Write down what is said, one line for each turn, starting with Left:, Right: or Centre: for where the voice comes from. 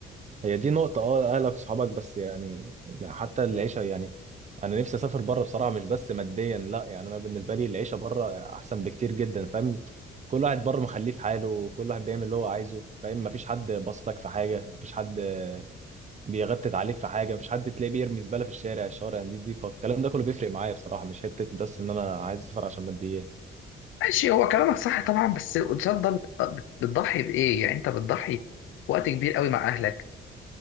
Right: هي دي نقطة اه اهلك وصحابك بس يعني حتى العيشة يعني انا نفسي اسافر بره بصراحة مش بس ماديا لا يعني انا بالنسبة لي العيشة بره احسن بكتير جدا فاهم كل واحد بره مخليه في حاله وكل واحد بيعمل اللي هو عايزه فاهم مفيش حد باصلك في حاجة مفيش حد بيغتت عليك في حاجة مفيش حد تلاقيه بيرمي زبالة في الشارع الشوارع دي دي فالكلام ده كله بيفرق معايا بصراحة مش حتة بس ان انا عايز اسافر عشان ماديات
Left: ماشي هو كلامك صح طبعا بس الانسان ده بت- بتضحي بايه يعني انت بتضحي وقت كبير قوي مع اهلك